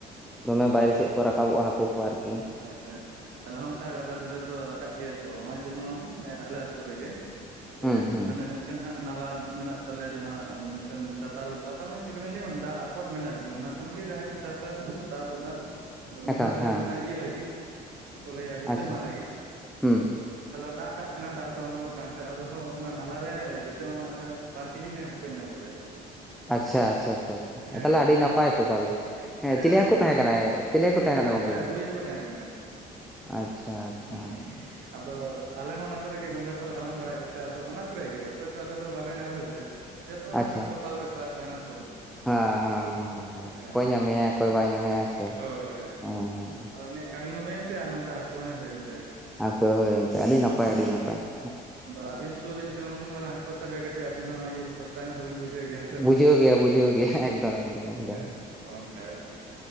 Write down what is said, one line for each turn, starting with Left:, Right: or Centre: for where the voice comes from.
Centre: ᱫᱚᱢᱮ ᱵᱟᱭᱨᱮ ᱥᱮᱫ ᱠᱚ ᱨᱟᱠᱟᱵᱚᱜᱼᱟ ᱦᱟᱹᱠᱩ ᱠᱚ ᱟᱨᱠᱤ᱾
Right: ᱟᱪᱪᱷᱟ ᱟᱞᱮ ᱦᱚᱸ ᱚᱱᱠᱟ ᱜᱟᱰᱟ ᱫᱷᱟᱨᱮ ᱫᱚ ᱨᱟᱠᱟᱵ ᱜᱮᱭᱟ ᱠᱚ ᱦᱚᱜᱼᱚᱭ ᱡᱮᱢᱚᱱ ᱟᱞᱮ ᱟᱛᱳ ᱨᱮᱜᱮ᱾ ᱮᱸᱜ
Centre: ᱦᱩᱸ ᱦᱩᱸ
Right: ᱢᱟᱱᱮ ᱢᱮᱱ ᱢᱤᱫᱴᱮᱱ ᱦᱟᱸᱜ ᱱᱟᱞᱟ ᱢᱮᱱᱟᱜ ᱛᱟᱞᱮᱭᱟ ᱡᱟᱦᱟᱸ ᱢᱤᱫᱴᱮᱱ ᱪᱟᱛᱟᱞ ᱪᱟᱛᱟᱞ ᱢᱟᱱᱮ ᱪᱮᱫ ᱠᱟᱞᱤᱧ ᱞᱟᱹᱭᱟ ᱢᱟᱱᱮ ᱫᱟᱜ ᱟᱠᱚᱴ ᱢᱮᱱᱟᱜᱼᱟ ᱟᱨᱠᱤ ᱚᱱᱟᱼᱼ ᱚᱱᱟ ᱠᱷᱚᱱ ᱜᱮ ᱡᱟᱦᱟᱸᱭ ᱠᱚ ᱪᱟᱥᱟ ᱦᱟᱛᱟᱣ ᱟᱠᱚ ᱫᱟᱜ᱾ ᱟᱫᱚ ᱢᱤᱫ
Centre: ᱮᱠᱟᱞ
Right: ᱦᱚᱲ ᱫᱚ
Centre: ᱦᱮᱸ
Right: ᱦᱮᱡ ᱞᱮᱱᱟ ᱤᱭᱟᱹ ᱞᱟᱹᱜᱤᱫ ᱪᱮᱫ ᱠᱚ ᱞᱟᱹᱭᱟ ᱵᱷᱤᱛᱟᱹ
Centre: ᱟᱪᱪᱷᱟ
Right: ᱢᱟᱜ ᱞᱟᱹᱜᱤᱫ᱾
Centre: ᱦᱩᱸ
Right: ᱛᱟᱦᱞᱮ ᱫᱟᱜ ᱠᱟᱜ ᱛᱟᱦᱮᱱᱟᱭ ᱫᱟᱜ ᱫᱚ ᱩᱰᱩᱸᱝ-ᱚᱜ ᱠᱟᱱᱛᱮ ᱟᱫᱦᱚ ᱚᱱᱟ ᱱᱟᱞᱟ ᱨᱮ ᱵᱷᱤᱛᱟᱹ ᱢᱟᱜ ᱢᱟᱜ ᱛᱮ ᱵᱟᱨ ᱠᱮᱡᱤ ᱨᱤᱱᱤᱡ ᱦᱟ ᱠᱩᱭ ᱧᱟᱢ ᱞᱮᱫᱮᱭᱟ᱾
Centre: ᱟᱪᱪᱷᱟ ᱟᱪᱪᱷᱟ ᱟᱪᱪᱷᱟ ᱟᱪᱪᱷᱟ
Right: ᱦᱮᱸ
Centre: ᱛᱟᱦᱞᱮ ᱟᱹᱰᱤ ᱱᱟᱯᱟᱭ ᱛᱚ ᱛᱟᱦᱚᱞᱮ ᱦᱮᱸ ᱪᱤᱞᱤ
Right: ᱟᱹᱰᱤ
Centre: ᱦᱟᱹᱠᱩ
Right: ᱱᱟᱯᱟᱭ
Centre: ᱛᱟᱦᱮᱸ ᱠᱟᱱᱟᱭ? ᱪᱤᱞᱤ ᱦᱟᱹᱠᱩ
Right: ᱩᱱᱤ ᱫᱚ ᱛᱟᱦᱮᱸ
Centre: ᱜᱚᱝᱠᱮ
Right: ᱠᱟᱱᱟ ᱨᱩᱭ ᱦᱟᱹᱠᱩ ᱛᱟᱦᱮᱸᱜ ᱠᱟᱱᱟᱭ
Centre: ᱟᱪᱪᱷᱟ ᱟᱪᱪᱷᱟ
Right: ᱾ ᱟᱫᱚ ᱟᱞᱮ ᱦᱚᱸ ᱚᱱᱟ ᱠᱚᱨᱮ ᱜᱮ ᱜᱚᱸᱜᱷᱟ ᱠᱚᱞᱮ ᱦᱟᱞᱟᱝ ᱵᱟᱲᱟᱭᱮᱫ ᱠᱚ ᱛᱟᱦᱮᱸᱫ ᱟᱫᱚ ᱚᱱᱟ ᱠᱚᱨᱮ ᱜᱮ ᱚᱛᱷᱚᱪᱚ ᱟᱞᱮ ᱫᱚ ᱵᱟᱞᱮ ᱧᱟᱢ ᱞᱮᱫᱮᱭᱟ᱾ ᱡᱮᱦᱮᱛᱩ ᱚᱱᱟ
Centre: ᱟᱪᱪᱷᱟ
Right: ᱢᱤᱫᱴᱮᱱ ᱠᱚᱯᱟᱞ ᱵᱮᱯᱟᱨ ᱛᱟᱦᱮᱱᱟ ᱛᱚ᱾
Centre: ᱦᱮᱸ ᱦᱮᱸ ᱦᱮᱸ ᱦᱩᱸ
Right: ᱦᱮᱸ
Centre: ᱚᱠᱚᱭ ᱧᱟᱢᱮᱭᱟᱭ ᱚᱠᱚᱭ ᱵᱟᱭ ᱧᱟᱢᱮᱭᱟ ᱦᱮᱸ ᱥᱮ
Right: ᱦᱳᱭ ᱦᱳᱭ
Centre: ᱦᱮᱸᱻ
Right: ᱟᱫᱚ ᱩᱱᱤᱭᱟᱜ ᱠᱟᱹᱢᱤ ᱦᱚᱸ ᱦᱩᱭᱮᱱ ᱛᱟᱭᱟ ᱟᱨ ᱱᱛᱮ ᱦᱟᱹᱠᱩ ᱦᱚᱸᱭ ᱦᱩᱭᱮᱱ ᱛᱟᱭᱟ᱾
Centre: ᱦᱟᱹᱠᱩ ᱦᱚᱭ ᱦᱳᱭᱮᱱ ᱛᱟᱭᱟ ᱟᱹᱰᱤ ᱱᱟᱯᱟᱭ ᱟᱹᱰᱤ
Right: ᱦᱩᱸ
Centre: ᱱᱟᱯᱟᱭ ᱾
Right: ᱟᱫᱚ ᱟᱹᱵᱤᱱ ᱥᱩᱨ ᱨᱮ ᱡᱩᱫᱤ ᱩᱱᱟᱹᱜ ᱢᱟᱨᱟᱝ ᱦᱟᱹᱠᱩ ᱥᱟᱵᱮᱭᱟ ᱠᱟᱹᱴᱤᱡ ᱟᱹᱵᱤᱱ ᱦᱚᱸ ᱤᱭᱟᱹ ᱯᱚᱥᱛᱟᱣ ᱧᱚᱜ ᱫᱚ ᱵᱤᱱ ᱵᱩᱡ ᱡᱷᱟᱹᱣ ᱜᱮᱭᱟ ᱦᱮᱸ ᱥᱮ
Centre: ᱵᱩᱡᱷᱟᱹᱣ
Right: ᱵᱟᱝ
Centre: ᱜᱮᱭᱟ ᱵᱩᱡᱷᱟᱹᱣ ᱜᱮᱭᱟ ᱮᱠᱫᱚᱢ ᱮᱠᱫᱚᱢ ᱮᱠᱫᱚᱢ
Right: ᱦᱮᱸ ᱦᱚᱝᱠᱟ ᱟᱨᱠᱤ᱾